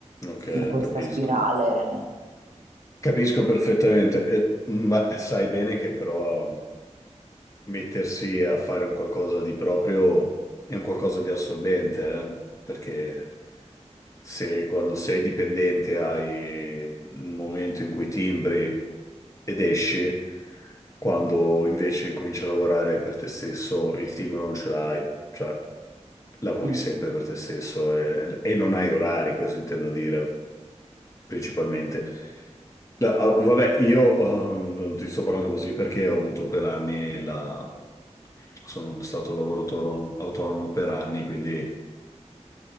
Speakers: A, on the left; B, on the right.
A: ok,
B: da questa
A: capisco.
B: spirale.
A: Capisco perfettamente, eh, ma sai bene che però mettersi a fare un qualcosa di proprio è un qualcosa di assorbente, eh? Perché se quando sei dipendente hai il momento in cui timbri ed esci, quando invece incominci a lavorare per te stesso, il timbro non ce l'hai, cioè lavori
B: Mm,
A: sempre per te stesso e, e non hai orari, questo intendo dire principalmente. Da- ah, Vabbè, io ehm, non ti sto parlando così perché ho avuto per anni la... sono stato lavoratore autonomo per anni, quindi